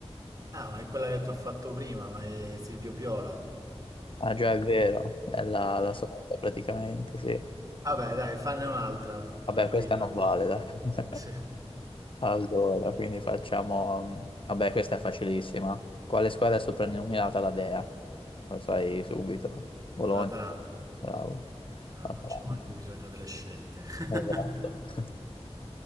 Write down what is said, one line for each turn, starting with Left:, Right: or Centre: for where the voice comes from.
Right: Ah, ma è quella che ti ho fatto prima, ma è Silvio Piola.
Left: Ah, già è vero, è la, la solita praticamente, sì.
Right: Vabbè, dai, fanne un'altra,
Left: Vabbè,
Right: tranquillo.
Left: questa non vale, dai. <laughs>
Right: Sì.
Left: Allora, quindi facciamo... Vabbè, questa è facilissima. Quale squadra è soprannominata la Dea? Lo sai subito. Bologna.
Right: L'Atalanta.
Left: Bravo.
Right: Dai,
Left: Atalanta.
Right: non c'è manco bisogno delle scelte. <laughs>
Left: Esatto. <laughs>